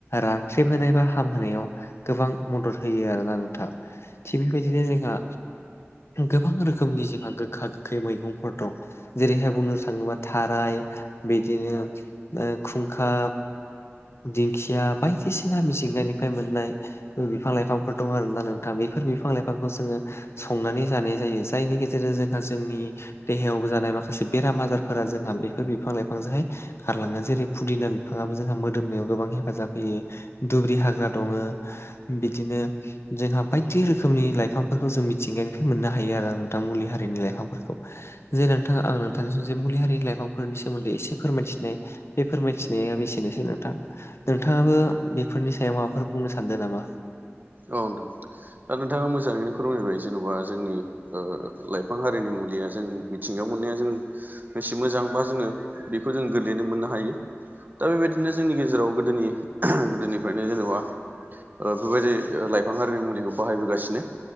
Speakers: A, on the left; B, on the right.
A: राख्रेबहोनाय बा हामहोनायाव गोबां मदद होयो आरोना नोंथां थिग बेबायदिनो जोंहा गोबां रोखोमनि जोंहा गोखा गोखै मैगंफोर दं। जेरैहाय बुंनो थाङोबा थाराय बिदिनो ओ खुंखा दिंखिया बायदिसिना मिजंगनिफ्राय मोननाय बिफां लाइफांफोर दं आरो ना नोंथां बेफोर बिफां लाइफांखौ जोङो संनानै जानाय जायो जायनि गेजेरजों जोंहा जोंनि देहायावबो जानाय माखासे बेराम आजारफोरा जोंहा बेफोर बिफां लाइफांजोंहाय गारलाङो जेरै फुदिना बि बिफाङाबो जोंहा मोदोमनायाव गोबां हेफा हेफाजाब होयो दुब्रि हाग्रा दङो बिदिनो जोंहा बाय थिदि रोखोमनि लाइफांफोरखौ जों मिथिंगानिफ्राय मोननो हायो आरो नोंथां मुलि हारिनि लाइफांफोरखौ। जे नोंथाङा आं नोंथांनिसि जे मुलि हारिनि लाइफांफोरनि सोमोन्दै एसे फोरमायथिनाय बे फोरमायथि बेयो बेसेनोसै नोंथां नोंथाङाबो बेफोरनि सायाव माबाफोर बुंनो सानदों नामा?
B: औ नोंथां दा नोंथाङा मोजाङैनो फोरमायबाय जेन'बा जोंनि लाइफां हारिनि मुलिया जों मिथिंगायाव मोननाया जों एसे मोजांबा जोङो बेखौ जों गोरलैनो मोननो हायो दा बेबायदिनो जोंनि गेजेराव गो गोदोनि गोदोनिफ्रायनो जेनेबा बेफोरबायदि लाइफां आरिनि मुलिखौ बाहायबोगासिनो।